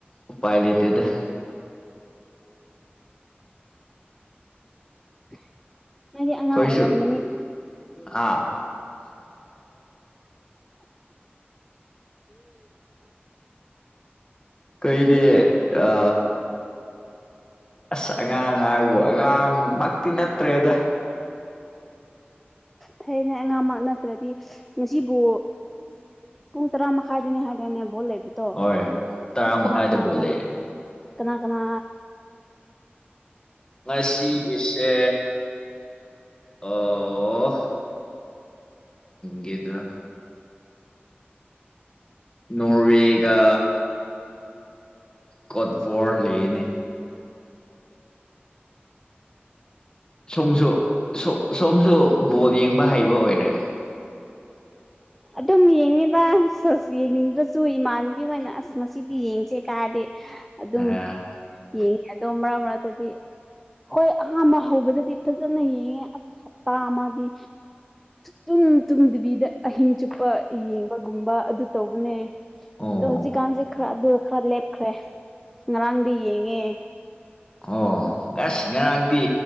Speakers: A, on the left; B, in the centre.
A: ꯎꯄꯥꯏ ꯂꯩꯇꯦꯗ
B: <inaudible> ꯅꯣꯏꯗꯤ
A: ꯑꯩꯈꯣꯏꯁꯨ
B: ꯑꯉꯥꯡ ꯑꯣꯏꯔꯝꯒꯅꯤ <inaudible>
A: ꯑꯥ ꯀꯩ ꯁꯤ ꯑ ꯑꯁ ꯑꯉꯥꯡ ꯍꯥꯏꯕꯨꯣ ꯑꯉꯥꯡꯃꯛꯇꯤ ꯅꯠꯇ꯭ꯔꯦꯗ
B: ꯐꯌꯦꯅꯦ ꯑꯉꯥꯡꯃꯛ ꯅꯠꯇ꯭ꯔꯗꯤ ꯉꯁꯤꯕꯨ ꯄꯨꯡ ꯇꯔꯥ ꯃꯈꯥꯏꯗꯅꯦ ꯍꯥꯏꯗꯅꯦ ꯚꯣꯠ ꯂꯩꯕꯗꯣ
A: ꯍꯣꯏ ꯇꯔꯥ ꯃꯈꯥꯏꯗ
B: ꯀꯅꯥ ꯀꯅꯥ
A: ꯕꯣꯜꯂꯛꯑꯦ
B: ꯀ ꯀꯅꯥ ꯀꯅꯥ
A: ꯃꯁꯤ ꯁꯤꯒꯤꯁꯦ ꯑꯣ ꯑꯣ ꯌꯦꯦꯗꯣ ꯅꯣꯋꯒ ꯀꯠꯕꯣꯔ ꯂꯩꯦꯅꯦ ꯁꯣꯝꯁꯨꯝ ꯁꯣꯝꯁꯨ ꯕꯣ ꯌꯦꯡꯕ ꯍꯩꯕ ꯑꯣꯏꯔꯦ
B: ꯑ ꯑꯗꯨꯝ ꯌꯦꯡꯉꯤꯗ ꯁꯁ ꯌꯦꯡꯅꯤꯡꯗ꯭ꯔꯁꯨ ꯏꯃꯥꯟꯅꯕꯤ ꯑꯣꯏꯅ ꯑꯁ ꯉꯁꯤꯗꯤ ꯌꯦꯡꯁꯦ ꯀꯥꯗꯤ ꯑꯗꯨꯝ
A: ꯑꯦ
B: ꯌꯦꯡꯉꯦ ꯑꯗꯣ ꯃꯔꯛ ꯃꯔꯛꯇꯗꯤ ꯍꯣꯏ ꯑꯍꯥꯝꯕ ꯍꯧꯕꯗꯗꯤ ꯐꯖꯅ ꯌꯦꯡꯉꯦ ꯑꯁ ꯍꯞꯇꯥ ꯑꯃꯗꯤ ꯇꯨꯝ ꯇꯨꯝꯗꯕꯤꯗ ꯑꯍꯤꯡ ꯆꯨꯞꯄ ꯌꯦꯡꯕꯒꯨꯝꯕ ꯑꯗꯨ ꯇꯧꯕꯅꯦ
A: ꯑꯣ
B: ꯑꯗꯣ ꯍꯧꯖꯤꯛꯀꯥꯟꯁꯦ ꯈꯔ ꯑꯗꯨꯒ ꯈꯔ ꯂꯦꯞꯈ꯭ꯔꯦ ꯉꯔꯥꯡꯗꯤ ꯌꯦꯡꯉꯦ
A: ꯑꯣ ꯉꯁ ꯉꯪꯗꯤ